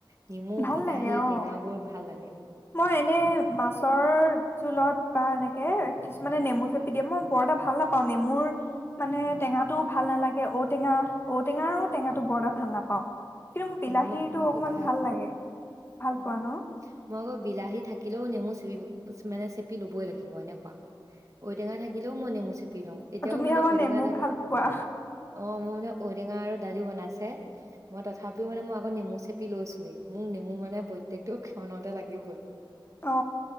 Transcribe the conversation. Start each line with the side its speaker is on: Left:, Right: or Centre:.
Right: নেমু,
Left: ভাল
Right: বিলাহী,
Left: লাগে
Right: টেঙাবোৰ
Left: অ
Right: ভাল লাগে
Left: মই এনে মাছৰ জোঁলত বা এনেকে কিছুমানে নেমু চেপি দিয়ে মই বৰ এটা ভাল নাপাওঁ নেমুৰ মানে
Right: অ',
Left: টেঙাটোও ভাল নালাগে তে ঔটেঙা, ঔটেঙা আৰু টেঙাটো বৰটা ভাল নাপাওঁ। কিন্তু মোৰ বিলাহীটো
Right: অ', মই মই আকৌ
Left: অকনমান ভাল
Right: পাওঁ
Left: লাগে।
Right: উম
Left: ভাল পোৱা ন
Right: মই আকৌ বিলাহী থাকিলেও নেমু মানে চেপি লবই লাগিব এনেকুৱা ঔটেঙা থাকিলেও মই নেমু চেপি- দি লওঁ এতিয়াও
Left: তুমি
Right: মানে
Left: আকৌ
Right: ঔটেঙা
Left: নেমু
Right: দালি,
Left: ভাল পোৱা
Right: অহঁ মোৰ মানে ঔটেঙা আৰু দালি বনাইছে মই তথাপিওঁ তহঁ মানে মই আকৌ নেমু চেপি লৈছোৱে মোক নেমু মানে প্ৰত্যেকটো ক্ষণতে লাগিবই।
Left: অ